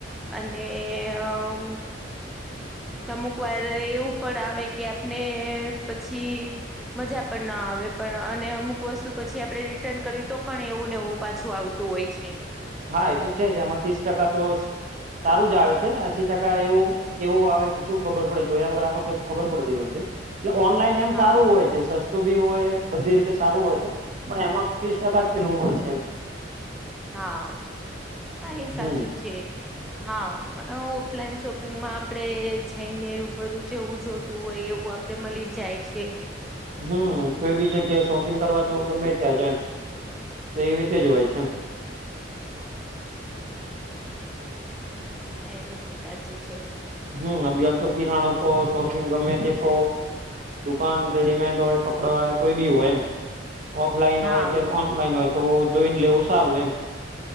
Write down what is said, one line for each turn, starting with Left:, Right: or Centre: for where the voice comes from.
Centre: અને અહ અમુક વાર એવું પણ આવે કે આપને પછી મજા પણ ન આવે પણ અને અમુક વસ્તુ પછી આપણે રિટર્ન કર્યું. તો પણ એવું એવું પાછું આવતું હોય છે.
Right: હા, એ તો છે જ એમાં ત્રીસ ટકા તો સારું જ આવે છે. એસી ટકા એવું કેવું આવે કે શું ખબર પડે. જો એ આ વગર આપને કશું ખબર પડતી નથી. એટલે ઓનલાઈન એમ
Centre: હા
Right: સારું હોય છે. સસ્તું સસ્તું બી હોય બધી રીતે સારું હોય છે. પણ એમાં ત્રીસ ટકા પેલું હોય છે એમ.
Centre: હા, હા એ સાચું
Right: હમ
Centre: જ છે. હા, પણ ઓફલાઈન શોપિંગમાં આપણે જઈને રૂબરૂ જેવું જોતુ હોય એવું આપડે મળી જાય છે.
Right: હમ્મ, કોઈ બી જગ્યાએ શોપિંગ કરવા જોવું, ગમે ત્યાં જો એમ તો એવી રીતે જ હોય છે એમ.
Centre: હા, એ વસ્તુ સાચી છે.
Right: હમ્મ, <unintelligible> તો ફિરાણુ કો શોપિંગ ગમે તે કો દુકાન રેડીમેડ હોય કપડાં હોય કોઈ બી હોય એમ. ઓફલાઈન
Centre: હા
Right: હોય કે ઓનલાઈન હોય તો જોઈન લેવું સારું એમ.